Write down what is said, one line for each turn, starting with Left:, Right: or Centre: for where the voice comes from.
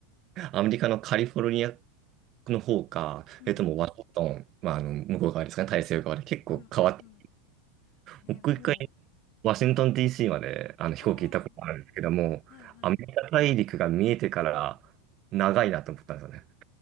Right: アメリカのカリフォルニアの方か、
Left: うん
Right: えっともうワシントン、まあ、あの、向こう側ですかね、大西洋側で結構変わって、
Left: うんうんうんねもう
Right: 僕一回ワシントン DC まであの飛行機行ったことあるんですけども、
Left: ああーはいはい
Right: アメリカ大陸が見えてから長いなと思ったんですよね。